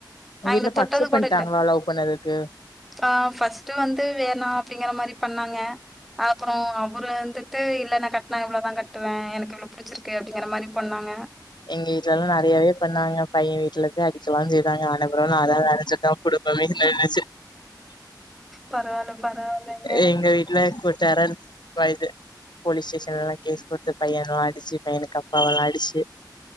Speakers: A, on the left (about 70°); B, in the centre.
A: உங்க
B: அவங்கள
A: வீட்ல பக்ட்ஸப்
B: தொட்டது
A: பண்ணிட்டாங்களா
B: கூட இல்ல.
A: லவ் பண்ணதுக்கு
B: ஆ ஃபர்ஸ்ட் வந்து வேணா அப்டிங்கற மாரி பண்ணாங்க அப்பறம் அவரு வந்துட்டு இல்ல னா கட்டினா இவ்ளதா கட் வே எனக்கு இவன புடிச்சிருக்கு அப்டிங்க மாரி பண்ணாங்க
A: எங்க வீட்டுல எல்லா நறையாவே பண்ணாங்க பையன் வீட்டுலய அடிக்கலா செய்தாங்க அனுப்புறோ நா தா வேல ச்சட்டே குடுப்ப வீல ச்சு
B: பரவால்ல பரவால்லங்க.
A: எங்க வீட்ல <unintelligible> டெரர் வயது போலீஸ் ஸ்டேஷன்லலா கேஸ் குடுத்து பையனு அடிச்சு பையனுக்கு அப்பாவளா அடிச்சு